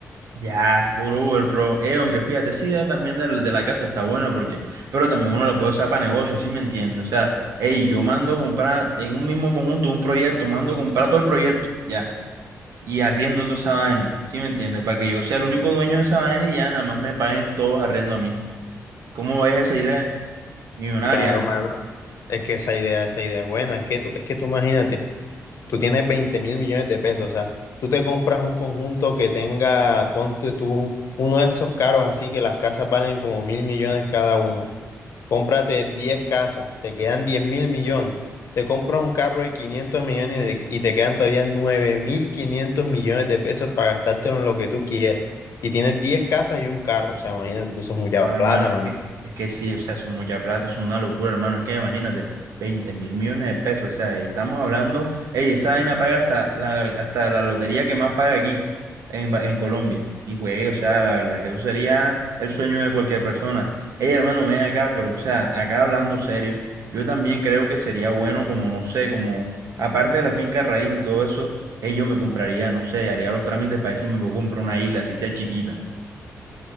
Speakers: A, on the right; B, on the left.
A: Ya, puro Uber Pro. Eh, aunque fíjate, esa idea también de, de la casa está buena porque, pero también uno lo puede usar para negocios, ¿sí me entiende? O sea, hey, yo mando a comprar en un mismo conjunto un proyecto, mando a comprar todo el proyecto, ya, y arriendo toda esa vaina, ¿sí me entiende? Para que yo sea el único dueño de esa vaina y ya nada más me paguen todos arriendo a mí. ¿Cómo ves esa idea? Millonaria.
B: Claro,
A: ¿eh?
B: mano. Es que esa idea, esa idea es buena. Es que tú, es que tú imagínate. tú tienes 20 mil millones de pesos, o sea, tú te compras un conjunto que tenga, ponte tú, uno de esos caros así que las casas valen como mil millones cada una. Cómprate 10 casas, te quedan 10 mil millones. Te compras un carro de 500 millones de- y te quedan todavía 9 mil 500 millones de pesos para gastártelo en lo que tú quieras. Y tienes 10 casas y un carro, o sea, imagínate, tú sos mucha
A: Oh, hermano,
B: plata, mano.
A: es que, es que sí, o sea, son mucha plata, es una locura, hermano. Es que imagínate, 20 mil millones de pesos, o sea, y estamos hablando, ey, esa vaina paga hasta la, hasta la lotería que más paga aquí, en, Ba- en Colombia. Y, güey, o sea, la verdad, que eso sería el sueño de cualquier persona. Ey, hermano, ven acá, pero, o sea, acá hablando serio, yo también creo que sería bueno, como, no sé, como, aparte de la finca raíz y todo eso, ey, yo me compraría, no sé, haría los trámites para decirme si me puedo comprar una isla, así sea chiquita.